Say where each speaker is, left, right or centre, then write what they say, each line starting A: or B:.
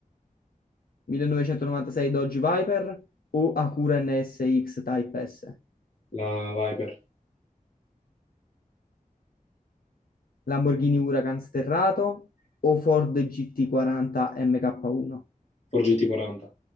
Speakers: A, on the left; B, on the left.
A: 1996 Dodge Viper o Acura NSX Type S?
B: La Viper,
A: Lamborghini Huracan sterrato o Ford GT40 MK1?
B: Ford GT40,